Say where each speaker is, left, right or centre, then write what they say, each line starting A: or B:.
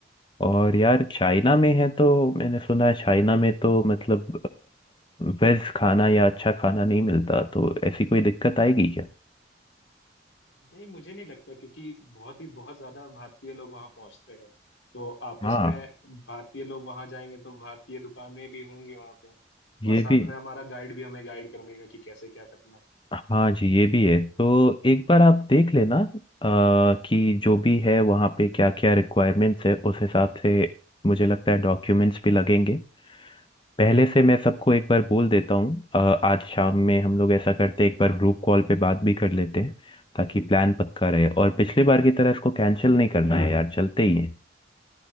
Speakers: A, on the left (about 25°); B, on the left (about 80°).
A: और यार चाइना में है तो मैंने सुना है चाइना में तो मतलब वेज खाना या अच्छा खाना नहीं मिलता तो ऐसी कोई दिक्कत आएगी क्या
B: नहीं मुझे नहीं लगता क्योंकि बहुत ही बहुत ज्यादा भारतीय लोग वहाँ पहुंचते हैं तो आपस
A: हाँ
B: में भारतीय लोग वहाँ जाएंगे तो भारतीय दुकानें भी होंगी वहाँ पे
A: ये
B: और साथ
A: भी
B: में हमारा गाइड भी हमें गाइड कर देगा कि कैसे क्या करना है
A: हाँ जी ये भी है तो एक बार आप देख लेना अ, कि जो भी है वहाँ पे क्या क्या रिक्वायरमेंट्स है उस हिसाब से मुझे लगता है डॉक्यूमेंट्स भी लगेंगे पहले से मैं सबको एक बार बोल देता हूँ अ, आज शाम में हम लोग ऐसा करते हैं एक बार ग्रुप कॉल पे बात भी कर लेते हैं ताकि प्लान पक्का रहे और पिछली बार की तरह इसको कैंसिल नहीं करना है यार चलते ही है